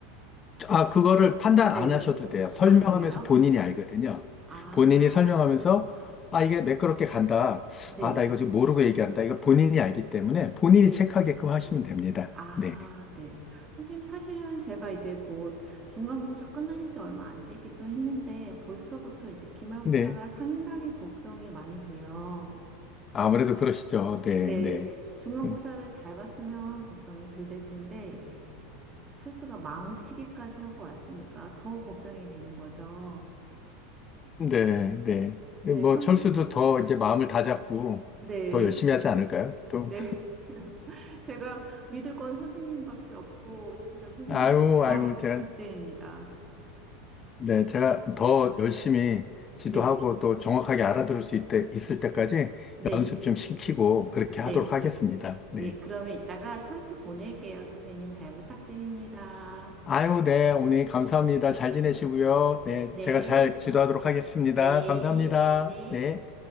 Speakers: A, on the left; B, on the right.
A: 아, 그거를 판단
B: 네.
A: 안 하셔도 돼요. 설명하면서
B: 아, 그래요?
A: 본인이 알거든요.
B: 아,
A: 본인이 설명하면서, 아, 이게 매끄럽게 간다.
B: 네,
A: 아, 나 이거 지금 모르고 얘기한다. 이거 본인이 알기 때문에 본인이
B: 네.
A: 체크하게끔 하시면 됩니다.
B: 아,
A: 네,
B: 네. 선생님, 사실은 제가 이제 곧 중간고사 끝난 지 얼마 안 되기도 했는데 벌써부터 이제 기말고사가
A: 네.
B: 상당히 걱정이 많이 돼요.
A: 아무래도 그러시죠. 네,
B: 네,
A: 네.
B: 중간고사를
A: 음,
B: 잘 봤으면 걱정이 덜 될 텐데 이제 철수가 망치기까지 하고 왔으니까 더 걱정이 되는 거죠.
A: 네, 네.
B: 네,
A: 뭐,
B: 선,
A: 철수도 더 이제 마음을 다잡고
B: 네,
A: 더 열심히 하지 않을까요? 또.
B: 네. <laughs> 제가 믿을 건 선생님밖에 없고, 진짜 선생님께
A: 아유,
B: 잘
A: 아유, 제가
B: 부탁드립니다.
A: 네, 제가 더 열심히 지도하고
B: 네,
A: 또 정확하게 알아들을 수 있대, 있을 때까지
B: 네,
A: 연습 좀 시키고 그렇게
B: 네.
A: 하도록 하겠습니다. 네.
B: 네, 그러면 이따가 철수 보낼게요. 선생님 잘 부탁드립니다.
A: 아유, 네, 어머니 감사합니다. 잘 지내시고요. 네,
B: 네,
A: 제가 잘 지도하도록 하겠습니다.
B: 네,
A: 감사합니다.
B: 네.
A: 네.